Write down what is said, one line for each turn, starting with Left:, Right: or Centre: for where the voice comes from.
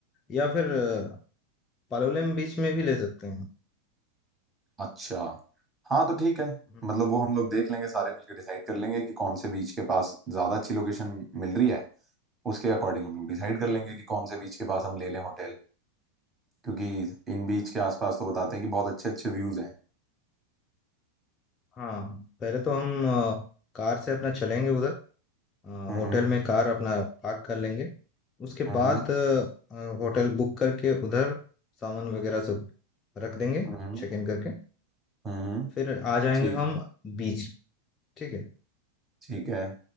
Left: या फिर अ, पालोलेम बीच में भी ले सकते हैं
Right: अच्छा हाँ तो ठीक है
Left: हम्म।
Right: मतलब वो हम लोग देख लेंगे सारे मिलकर डिसाइड कर लेंगे कि कौन से बीच के पास ज्यादा अच्छी लोकेशन मिल रही है उसके अकॉर्डिंग हम लोग डिसाइड कर लेंगे कि कौन से बीच के पास हम ले लें होटल क्योंकि इन बीच के आसपास तो बताते हैं कि बहुत अच्छे अच्छे व्यूज हैं
Left: हाँ पहले तो हम अ, कार से अपना चलेंगे उधर अ,
Right: हम्म
Left: होटल में कार अपना पार्क कर लेंगे उसके
Right: हम्म
Left: बाद अ, अ, होटल बुक करके उधर सामान वगैरह सब रख देंगे
Right: हम्म
Left: चेक इन करके
Right: हम्म हम्म,
Left: फिर आ जाएंगे
Right: ठीक
Left: हम
Right: है
Left: बीच ठीक है
Right: ठीक है